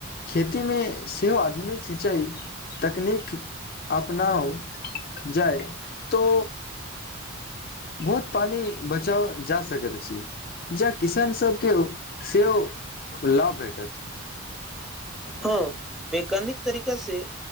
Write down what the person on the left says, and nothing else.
खेती में सेहो आधुनिक सिंचाई तकनीक अपनाउ जाय तो बहुत पानी बचाव जा सकैत अछि जा किसान सबके सेहो लाभ भेटत